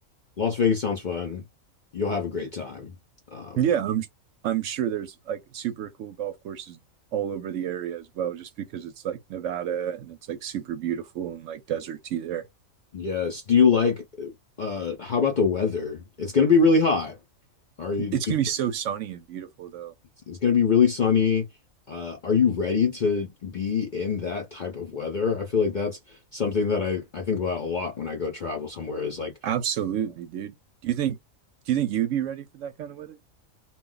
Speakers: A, on the left; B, on the right.
A: Las Vegas sounds fun. You'll have a great time. Um,
B: Yeah, I'm I'm sure there's like super cool golf courses all over the area as well, just because it's like Nevada and it's like super beautiful and like deserty there.
A: yes. Do you like uh how about the weather? It's gonna be really hot. Are you
B: It's
A: do-
B: gonna be so sunny and beautiful though.
A: it's gonna be really sunny. Uh, are you ready to be in that type of weather? I feel like that's something that I, I think about a lot when I go travel somewhere is like
B: Absolutely, dude. Do you think do you think you'd be ready for that kind of weather?